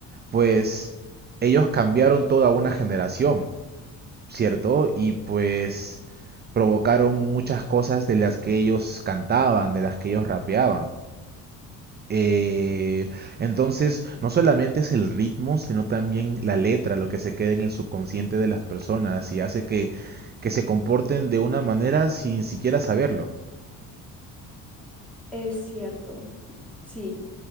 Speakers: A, on the right; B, in the centre.
A: pues ellos cambiaron toda una generación. ¿cierto? Y pues provocaron muchas cosas de las que ellos cantaban, de las que ellos rapeaban. Eh, entonces, no solamente es el ritmo, sino también la letra, lo que se queda en el subconsciente de las personas y hace que, que se comporten de una manera sin siquiera saberlo.
B: Es cierto, sí.